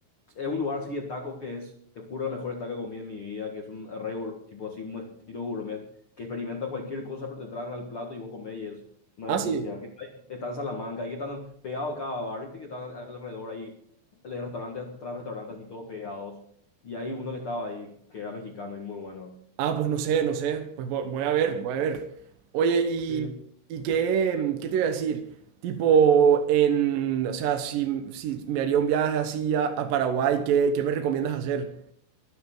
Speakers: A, on the left; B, on the right.
A: Es un lugar así de taco que es, te juro, la mejor taco que comí en mi vida, que es un re gour- tipo así, un estilo gourmet, que experimenta cualquier cosa, pero te traen al plato y vos comés y es una
B: Ah,
A: delicia.
B: sí.
A: Que está, está en Salamanca, ahí que están pegados a cada bar, viste que están alrededor ahí, de restaurantes tras restaurantes así todos pegados. Y hay uno que estaba ahí, que era mexicano y muy bueno.
B: Ah, pues no sé, no sé. Pues vo- voy a ver,
A: Sí.
B: voy a ver. Oye, ¿y,
A: Sí,
B: y qué, qué te voy a decir? Tipo, en, o sea, si, si me haría un viaje así a, a Paraguay, ¿qué, qué me recomiendas hacer?